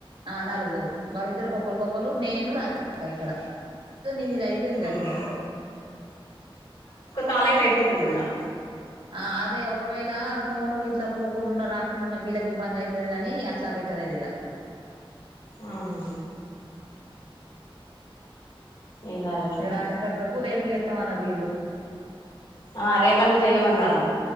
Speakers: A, on the right (about 65°); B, on the left (about 75°).
A: ఆ నలుగురు వాళ్ళద్దరు కొక్కలు కొక్కలు నేను రా ఇక్కడ నేను ఇది అయిపోయింది కద
B: ఆహా
A: ఇంగ
B: కాలైతే అయిపోతది ఇంగా
A: ఆ అదే ఒకవేళ ఫోను ఇట్లా పోకుండున్న రాకుండా ఉన్న వీళ్ళకి ఇబ్బంది ఐతదనీ, అట్లా పెట్టలేదు ఇగ
B: ఆహా ఏం కాదులే అట్లయితే
A: గ్రాది కక్కకు రేప్ కి ఏత్తమన్నారు వీళ్ళు
B: ఆ రేపన్నుంచి జెయ్యమనరాదు